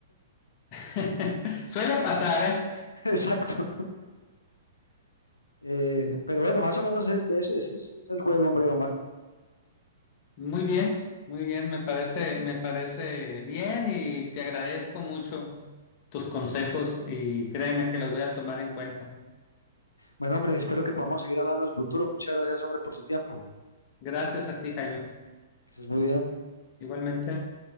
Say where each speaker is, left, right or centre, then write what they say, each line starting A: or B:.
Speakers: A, on the left; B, on the left.
A: <laughs> Suele pasar, ¿eh?
B: <laughs> Exacto. Eh, pero bueno, más o menos es de eso, ese es, es, el juego, hombre, Omar.
A: Muy bien, muy bien, me parece, me parece bien y te agradezco mucho tus consejos y créeme que los voy a tomar en cuenta.
B: Bueno, hombre, espero que podamos seguir hablando del futuro. Muchas gracias, hombre, por su tiempo.
A: Gracias a ti, Jaime.
B: Que estés muy bien.
A: Igualmente.